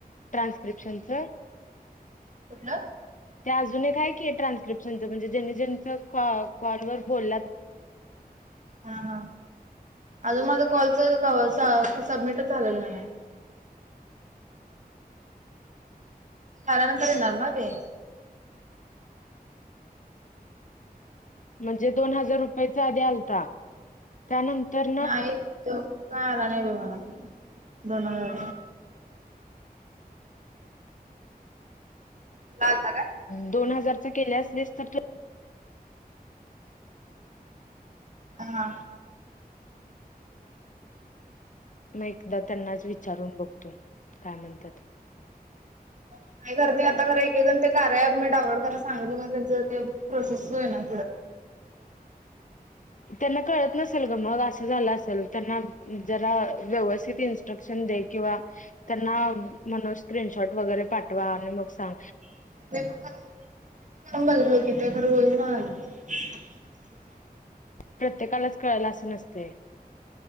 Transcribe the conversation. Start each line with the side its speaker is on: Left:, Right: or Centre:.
Left: ट्रान्स्क्रिप्शनच
Right: कुठलं
Left: ते अजून काय की आहे ट्रान्स्क्रिप्शनच म्हणजे ज्यांनी ज्यांचॉ कॉलवर बोलात
Right: हा हा अजून माझ कॉलच सबमिट झालेलं नाही ते झाल्यानंतर येणार ना ते
Left: म्हणजे दोन हजार रुपयाचा आधी आलता त्यानंतर
Right: नाही तो काय आला नाही ब मला दोन हजार तुला आलता काय?
Left: दोन हजारच्या केले असलिस तर त
Right: हा
Left: मग एकदा त्यांनाच विचारून बघतो काय म्हणतात
Right: <unintelligible> नाही कर ते आता एक एकण ते कार्य प मी डाउनलोड करा सांगल का त्यांचं ते प्रोसेसच आहे ना
Left: त्यांना कळत नसेल ग मग अस झाल असेल त्यांनां जरा व्यवस्तीत इट्र क त्यांना स्क्रीन शॉट वेगरे पाठवा मग सां
Right: <unintelligible>
Left: प्रत्येकालाच कळायला असं नसते